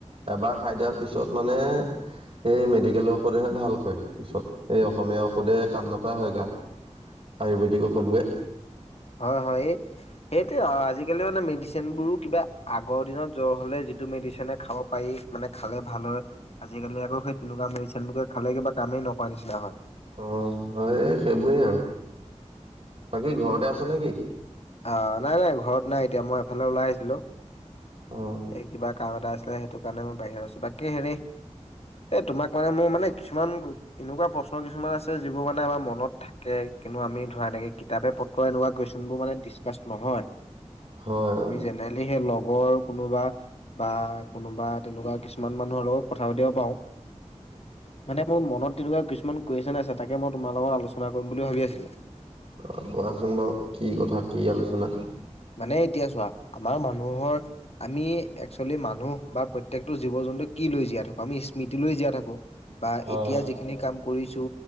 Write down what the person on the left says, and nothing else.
হয় হয় এই সেইটো আজিকালি মানে মেডিচিনবোৰো কিবা আগৰ দিনত। জ্বৰ হ'লে যিটো মেডিচিনে খাব পাৰি মানে খালে ভাল হয় আজিকালি আকৌ সেই তেনেকুৱা মেডিচিনবোৱে। খালে কিবা কামেই নকৰা নিচিনা হয়।
অ নাই নাই ঘৰত নাই এতিয়া মই এফালে ওলাই আহিছিলো
এই কিবা কাম এটা আছিল। সেইটো কাৰণে মই বাহিৰ আছো বাকে হেৰি এ তোমাক মানে মোৰ মানে কিছুমান এনেকুৱা প্ৰশ্ন কিছুমান আছে যিবোৰ মানে আমাৰ মনত থাকে। কিন্তু আমি ধৰা এনেকে কিতাপে পত্ৰ এনেুকোৱা কুৱেশ্যন বোৰ মানে স্পষ্ট নহয়
আমি
জেনেৰেলি হে লগ আগৰ কোনোবা বা কোনোবা তেনেকুৱা কিছুমান মানুহৰ লগত কথা পাতিব পাও। মানে মোৰ মনত তেনেকুৱা কিছুমান কুৱেশ্যন আছে তাকে মই তোমাৰ লগত আলোচনা কৰিম বুলি ভাবি আছিলো।
মানে এতিয়া চোৱা আমাৰ মানুহৰ আমি একচুৱেলি মানুহ বা প্ৰ প্ৰত্যেকটো জীৱ জন্তু কি লৈ জীয়াই থাকো আমি স্মৃতি লৈ জীয়াই থাকো। বা
এতিয়া
যিখিনি কাম কৰিছো